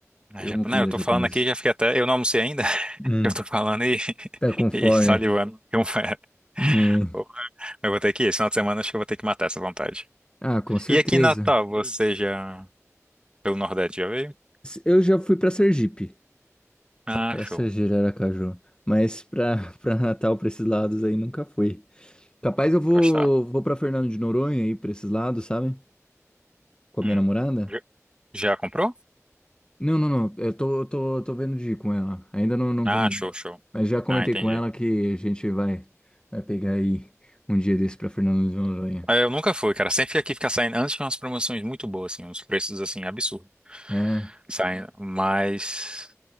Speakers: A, on the right (about 20°); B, on the left (about 15°).
A: Mas
B: Eu
A: já,
B: amo
A: né,
B: comida
A: eu tô
B: japonesa.
A: falando aqui, já fiquei até. Eu não almocei ainda. <laughs>
B: Hum,
A: Eu tô falando e,
B: tá
A: <laughs>
B: com fome.
A: e salivando. Como é.
B: É.
A: Pô, Eu vou ter que ir. Esse final de semana acho que eu vou ter que matar essa vontade.
B: Ah, com certeza.
A: E aqui em Natal, Hum. você já. Pelo Nordeste já veio?
B: Eu já fui para Sergipe,
A: Ah,
B: para
A: show.
B: Sergipe, Aracaju, mas para <laughs> para Natal, para esses lados aí nunca fui. Capaz
A: Vai
B: eu vou
A: Gostar.
B: vou para Fernando de Noronha aí para esses lados, sabe? Com a
A: Hum.
B: minha namorada?
A: Já já comprou?
B: Não, não, não. Eu tô eu tô, tô vendo de ir com ela. Ainda não não
A: Ah,
B: combinei.
A: show, show.
B: Mas já comentei
A: Ah, entendi.
B: com ela que a gente vai vai pegar aí um dia desse para Fernando de Noronha.
A: Ah, Eu nunca fui, cara. Sempre aqui fica saindo, antes tinha umas promoções muito boas, assim, uns preços, assim, absurdos.
B: É.
A: Saindo, mas...